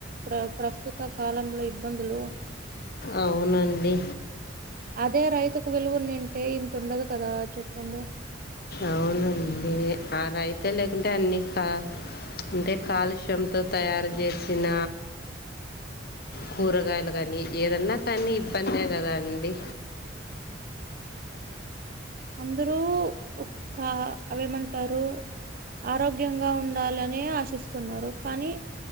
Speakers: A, on the right (about 50°); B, on the left (about 55°).
A: ప్ర ప్రస్తుత కాలంలో ఇబ్బందులు
B: అవునండి
A: అదే రైతుకు విలువునింటే ఇంతండదు కదా చెప్పండి
B: అవునండి ఆ రైతే లేకుంటే అన్ని కా అంటే కాలుష్యంతో తయారు చేసిన కూరగాయలు కానీ ఏదన్నా కానీ ఇబ్బందే కదా అండి
A: అందరూ ఒక అవేమంటారు ఆరోగ్యంగా ఉండాలనే ఆశిస్తున్నారు కానీ